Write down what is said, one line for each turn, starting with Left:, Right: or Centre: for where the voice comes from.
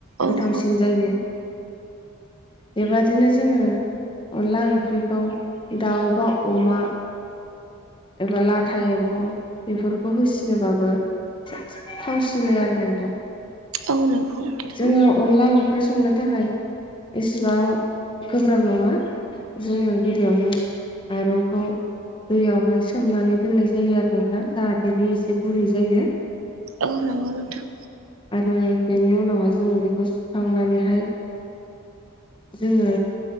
Right: औ
Left: गोथावसिन
Right: औ
Left: जायो। बेबादिनो जोङो अनला ओंख्रिखौ दाउ बा अमा। एबा लाथा एम्फौ बेफोरखौ होसिनोबाबो‌। थावसिनो आरो नोंथां
Right: औ नंगौ नोंथां
Left: जोङो अनला ओं। ओंख्रि संनो थाखाय‌। एसेबां गोब्राब नङा जोङो गिबियावनो। माइरंखौ दैयावहाय। सोमनानै दोननाय जायो आरो नोंथां जाहाथे बे एसे गुरै जायो।
Right: औ नंगौ नोंथां।
Left: आरो बेनि उनावहाय जोङो बेखौ सुखांनानैहाय जोङो